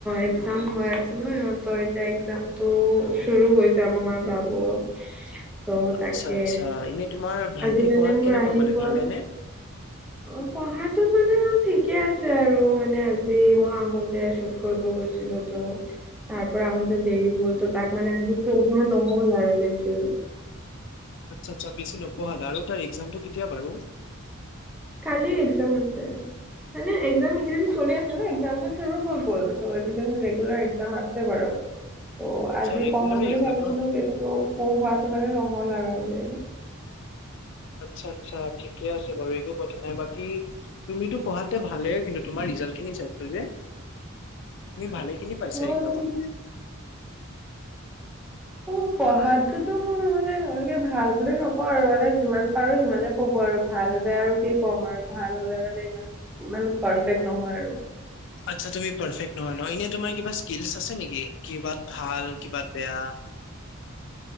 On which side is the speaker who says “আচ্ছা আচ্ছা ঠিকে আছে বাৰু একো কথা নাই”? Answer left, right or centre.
Left